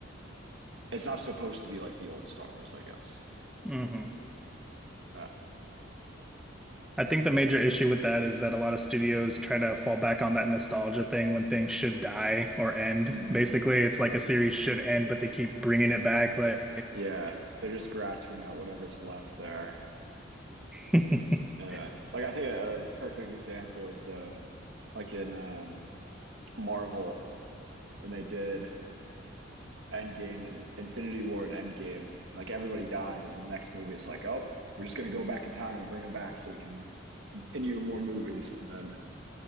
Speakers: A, on the right; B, in the centre.
A: It's not supposed to be like the old Star Wars, I guess.
B: hmm
A: But
B: I think the major issue with that is that a lot of studios try to fall back on that nostalgia thing when things should die or end.
A: hmm
B: Basically, it's like a series should end, but they keep bringing it back. Like,
A: yeah, they're just grasping at whatever's left there.
B: <laughs>
A: Yeah, like I think a a perfect example is uh like in um, Marvel when they did Endgame and Infinity War and Endgame. Like everybody died, and then the next movie it's like, oh, we're just gonna go back in time and bring them back so we can continue more movies. And then